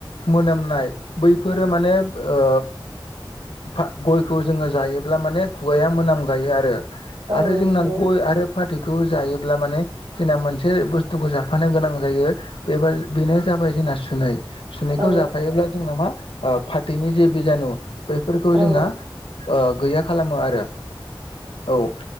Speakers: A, on the left (about 80°); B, on the right (about 55°).
A: मोनोमनाय बैफोरो माने ओ फागयखौ जोङो जायोब्ला माने खुगाया मोनामो जायो आरो
B: औ
A: आरो जोंना
B: नंगौ
A: गय आरो फाथैखौ जायोब्ला माने जोंना मोनसे बुस्थुखौ जाफानो गोनां जायो बेबा बेनो जाबाय जोंना सुनै। सुनैखौ
B: औ औ
A: जाफायोब्ला जोंना मा ओ फाथैनि जे बिजानु बैफोरखौ
B: औ
A: जोंना ओ गैया खालामो आरो औ